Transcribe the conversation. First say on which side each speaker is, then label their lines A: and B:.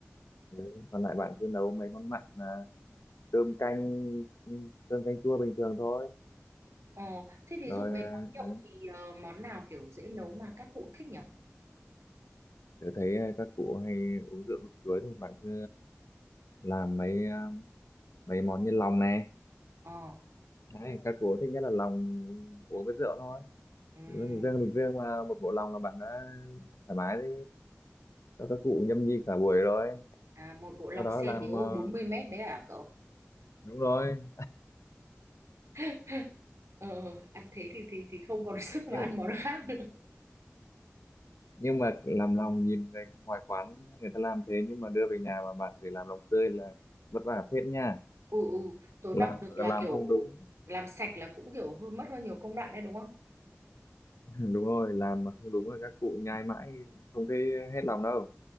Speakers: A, on the left; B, on the right.
A: ừ, còn lại bạn cứ nấu mấy món mặn là cơm canh ừ, cơm canh chua bình thường thôi.
B: ờ thế ví
A: Rồi
B: dụ mấy món nhậu
A: ờ,
B: thì ờ, món nào kiểu dễ nấu mà các cụ thích nhỉ
A: tớ thấy ờ, các cụ hay uống rượu lúc cưới thì bạn cứ làm mấy ờ, mấy món như lòng này
B: ờ
A: Đấy, các cụ thích nhất là lòng uống với rượu thôi
B: ừm,
A: riêng riêng riêng mà một bộ lòng là bạn đã thoải mái đi cho các cụ nhâm nhi cả buổi rồi
B: à, một bộ lòng
A: sau đó
B: xe
A: làm
B: điếu
A: ờ,
B: bốn mươi mét đấy à cậu
A: đúng rồi
B: <laughs> ờ ăn thế thì thì thì không còn <laughs> sức mà
A: nhưng
B: ăn món khác nữa
A: nhưng mà làm lòng nhìn người ngoài quán người ta làm thế nhưng mà đưa về nhà mà bạn phải làm lòng tươi là vất vả phết nha
B: ừ ừ tớ
A: làm
B: đọc được là
A: làm
B: kiểu
A: không đúng
B: làm sạch là cũng kiểu hơi mất hơi nhiều công đoạn đấy đúng không
A: <laughs> đúng rồi làm mà không đúng là các cụ nhai mãi không thấy hết lòng đâu